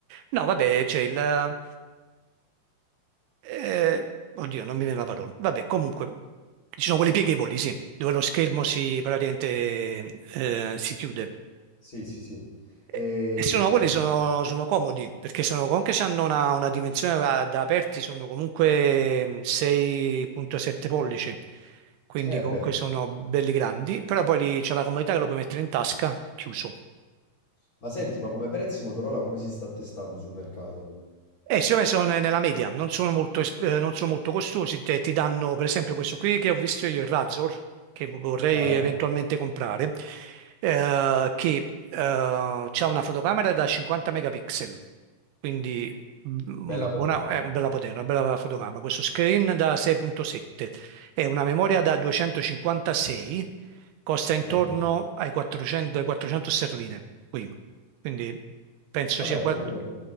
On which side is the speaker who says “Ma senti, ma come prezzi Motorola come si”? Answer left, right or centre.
Left